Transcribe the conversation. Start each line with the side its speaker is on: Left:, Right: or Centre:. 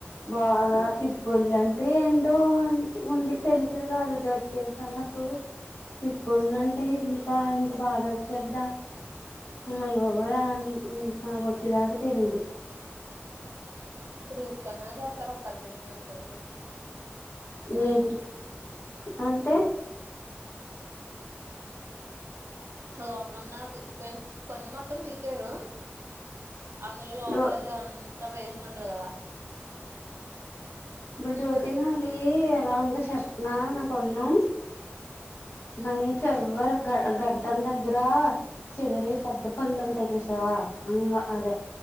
Left: బాగా పిప్పళ్లు అంటే ఏంటో అని ఉంది తెలిసేది కాదు జెట్ తెలుసా నాకు పిప్పళ్ళు అంటే ఏంటా అని బాధ వచ్చేది దా అయిబాబోయ్ అంతా ఆ నాకు వద్దు నాకు తెలీయదు
Right: రూట్ అనే చెప్పనక్కరలేదు అంటది ఇగ
Left: ఏంట అంటే
Right: లోపల ఉన్న పుచ్చిపోయిన పన్ను మొత్తం పీకేయరు అందులో లోపల
Left: రో
Right: అంత వేస్ట్ అంతే గద
Left: ఇప్పుడు జ్యోతి నాది ఎలా వుందో చేప్పు చెప్పనా నా పన్ను కొంచెం చివర గడ్డం దగ్గర చివరి పెద్ద పళ్లు ఉంటాయి చూసావా మ్మ్ అదే